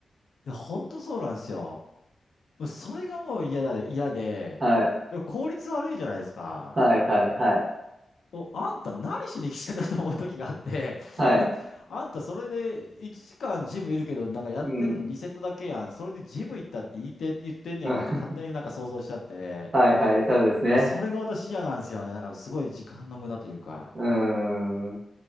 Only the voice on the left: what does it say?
で本当そうなんですよ。それがもう嫌だ、嫌で、
でも効率悪いじゃないですか。
お、あんた何しに来てんだと思う時があって、<laughs>
あんたそれで1時間ジムいるけど、なんかやってるの2セットだけやん。
それでジム行ったって言って、言ってんねやろって勝手になんか想像しちゃって。
だからそれが私嫌なんですよね。なんかすごい時間の無駄というか。